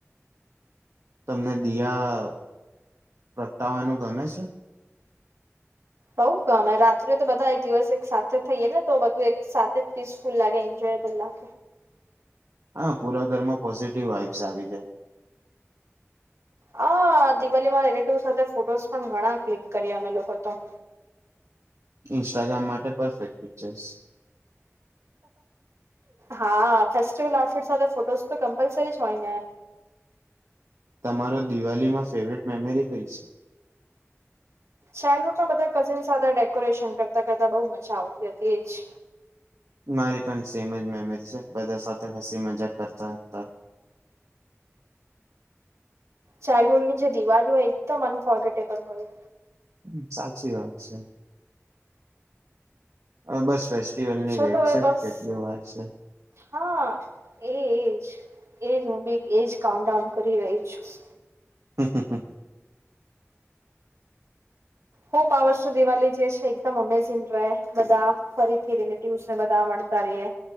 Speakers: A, on the right; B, on the right.
A: તમને દયા પ્રગટાવવાનું ગમે છે.
B: બહું કામ રાત્રે તો બધા એક દિવસ એક સાથે થઈએે ને તો બધું એક સાથે જ ફુલ્લાગે એન્જોય પેલા
A: હા પુરા ઘરમાં પોઝિટિવ વાઇબ્સ આવી જાય.
B: હા દિવાલીમાં રિલેટિવ સાથે ફોટોસ પણ ઘણા ક્લિક કરી અમે લોકો તો.
A: ઇન્સ્ટાગ્રામ માટે પરફેક્ટ પિક્ચર્સ છે.
B: હા ફેસ્ટિવલ આઉટફિટ સાથે ફોટો તો કમ્પલસરી હોય ને.
A: તમારો દિવાળી માં ફેવરેટ મેમરી કઈ છે?
B: ચાઇલ્ડહુડમાં બધા કઝિન સાથે ડેકોરેશન કરતા કરતાં બહુ મજા આવતી હતી એજ.
A: મારી પણ સેમ જ મેમરી છે બધા સાથે હસી મજાક કરતા.
B: ચાઇલ્ડહુડ ની જે દિવાળ હોય એકદમ અનફોર્ગટેબલ હોય.
A: હ સાચી વાત છે. અ બસ ફેસ્ટિવલની
B: ચલો
A: વેટ
B: હવે
A: છે
B: બસ
A: કેટલ વાત છે.
B: હા એજ. એજ હું બી એજ કાઉન્ટ ડાઉન કરી રહી છું.
A: હમ હમ હમ.
B: હોપ આ વર્ષનો દિવાળી જે છે એકદમ અમેઝિંગ રહે બધા ફરીથી રિલેટિવસ ને બધા. કરીએ